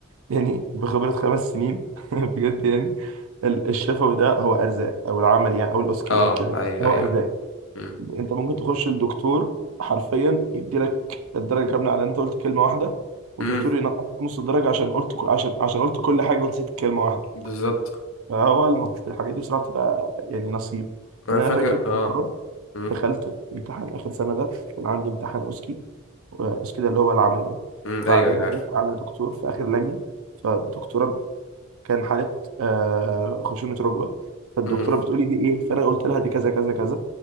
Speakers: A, on the right; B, on the left.
A: يعني بخبره خمس سنين <laughs> بجد يعني ال- الشفوي ده هو ارزاق او العمل يعني او الاسكي اللي
B: اه
A: هو الكلمه
B: ايوه
A: هو
B: ايوه
A: ارزاق
B: امم
A: انت ممكن تخش لدكتور حرفيا يديلك الدرجه كامله على ان انت قلت كلمه واحده ودكتور
B: أمم،
A: ينقصك نص الدرجه عشان قلت عشان عشان قلت كل حاجه ونسيت كلمه واحده
B: بالظبط
A: فهو الم- الحاجات دي بصراحه بتبقى يعني نصيب
B: انا
A: يعني
B: فاكر
A: انا فاكر في
B: اه
A: مره
B: امم
A: دخلت امتحان اخر سنه ده كان عندي امتحان اوسكي اوسكي ده اللي هو العمل يعني
B: أمم،
A: وبعدين
B: ايوه ايوه
A: انا
B: عارف
A: داخل على دكتور في اخر لجنه فالدكتوره كان حالة آه، خشونة ركبة فالدكتورة
B: أمم.
A: بتقولي دي إيه فأنا قلت لها دي كذا كذا كذا